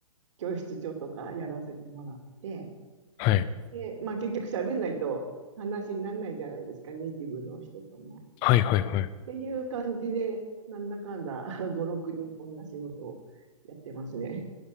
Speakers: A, on the right (about 60°); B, on the left (about 25°).
A: 教室長とかやらせてもらって、
B: はい。
A: で、まあ、結局喋んないと話にならないじゃないですか、ネイティブの人とも。
B: はいはいはい。
A: っていう感じで、なんだかんだ <laughs> 5、6人こんな仕事をやってますね。